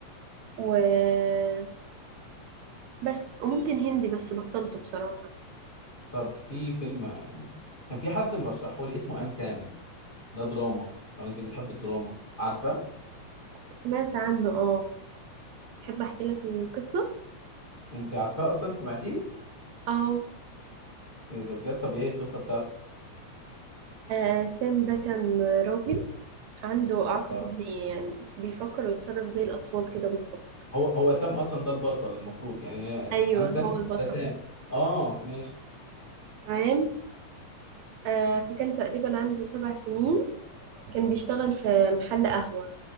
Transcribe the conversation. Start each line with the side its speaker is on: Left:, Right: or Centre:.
Right: و بس وممكن هندي بس بطلته بصراحة
Left: طب في فيلم آه، يعني كان في حد مرشحه لي اسمه ام سام ده دراما لو انت بتحب الدراما عارفاه
Right: سمعت عنه اه تحب أحكي لك القصة؟
Left: انت عارفاه اصلا سمعتيه
Right: اه
Left: إيه ده بجد طب ايه القصه بتاعته
Right: آه، سام ده كان راجل عنده إعاقة
Left: اه
Right: ذهنية يعني بيفكر ويتصرف زي الأطفال كده بالظبط
Left: هو هو سام اصلا ده البطل المفروض يعني هي
Right: أيوه
Left: ام سام
Right: هو البطل
Left: ده سام اه ماشي
Right: تمام آه، فكان تقريبا عنده سبع سنين كان بيشتغل في محل قهوة